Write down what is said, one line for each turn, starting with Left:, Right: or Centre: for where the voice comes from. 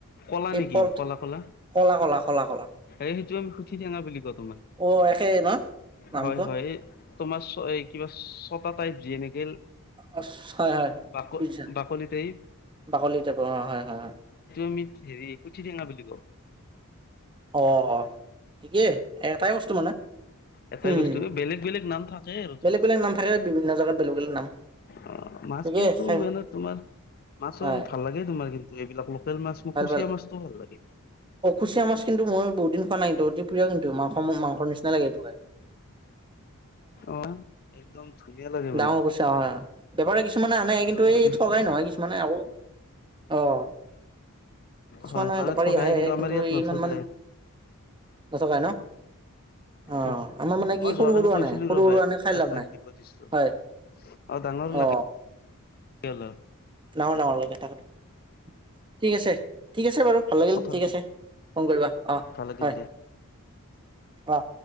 Left: কলা
Right: এই
Left: নেকি
Right: ফলটো
Left: কলা কলা
Right: কলা কলা কলা কলা
Left: এই সেইটো আমি সুধিছ। জেঙা বুলি কয় তোমাৰ।
Right: অ একেই ন নামটো
Left: হয় হয় তোমাৰ কিবা ছটা টাইপ জিয়ে নিকিল।
Right: অ', হয় হয়
Left: বাক
Right: ঠিক বুজিছা
Left: বাকলতেই
Right: বাকলি টাইপৰ অ হয় হয় হয়।
Left: আমি হেৰি কিচ টিঙা বুলি কয়।
Right: অ ঠিকেই এটাই বস্তু মানে।
Left: এটাই
Right: হম
Left: বস্তু বেলেগ বেলেগ নাম থাকে আৰু
Right: বেলেগ
Left: তোমাৰ
Right: বেলেগ নাম থাকে বিভিন্ন জেগাত বেলেগ বেলেগ নাম।
Left: অ মাছ
Right: ঠিকেই
Left: কিন্তু
Right: খাই
Left: এনে তোমাৰ মাছৰ
Right: হয়
Left: ভাল লাগে তোমাৰ কিন্তু এইবিলাক লোকেল মাছ মোক
Right: ভাল
Left: কুচিয়া
Right: ভাল
Left: মাছটো ভাল লাগে
Right: অসুচীয়া মাছ কিন্তু মই বহুত দিন খোৱা নাই। নটো অতি প্ৰিয় কিন্তু মাংস মাংস নিচিনা লাগে এইটোকে।
Left: অ একদম লাগে মানে
Right: ডাঙৰ কছা অ বেপাৰে কিছুমানে আনে কিন্তু
Left: তোমাৰ
Right: এই ঠগাই নহয় কিছুমানে আকৌ অঁ কিছুমানে
Left: হয় মানে
Right: বেপাৰী
Left: ঠগাই
Right: আহে
Left: আমাৰ
Right: কিন্তু
Left: ইয়াত নঠগাই
Right: ইমান মান গছাক ন অ
Left: উম
Right: আমাৰ মানে কি
Left: মই
Right: সৰু
Left: যোৱাকালি
Right: সৰু
Left: কৈছিলো
Right: নাই সৰু
Left: ৰ'বা
Right: সৰু আনে খাই
Left: এটাক
Right: লাভ নাই।
Left: দিব আৰু
Right: হয়
Left: ডাঙৰৰ
Right: অ
Left: লাগে। কিয়ল
Right: ডাঙৰ ডাঙৰকে কেটা কাটো ঠিক আছে ঠিক আছে বাৰু ভাল লাগিল
Left: কথা
Right: ঠিক
Left: পাতিম
Right: আছে ফোন কৰিবা অহ
Left: ভাল লাগিল
Right: হয়
Left: দিয়া।
Right: অহ